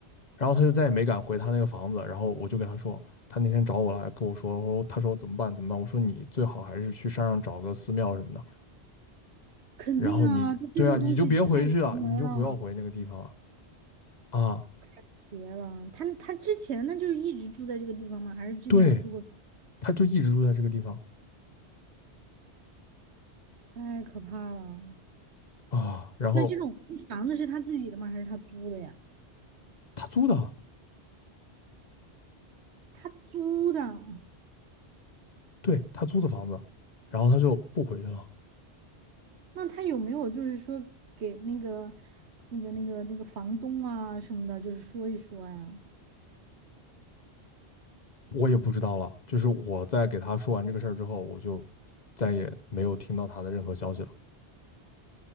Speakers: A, on the left; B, on the right.
A: 然后他就再也没敢回他那个房子，然后我就跟他说，他那天找我来跟我说，我说他说怎么办怎么办，我说你最好还是去山上找个寺庙什么的，
B: 肯定啊，
A: 然后你对啊，
B: 就这个东西太邪门儿了，
A: 你就别回去了，你就不要回那个地方了啊，
B: 太邪了。他他之前那就是一直住在这个地方吗？还是之前我住过？
A: 对，他就一直住在这个地方
B: 太可怕了。
A: 啊，然后
B: 那这种房子是他自己的吗？还是他租的呀？
A: 他租的，
B: 他租的，
A: 对他租的房子，然后他就不回去了。
B: 那他有没有就是说给那个、那个、那个、那个房东啊什么的，就是说一说呀？
A: 我也不知道了。就是我在给他说完这个事儿之后，我就再也没有听到他的任何消息了。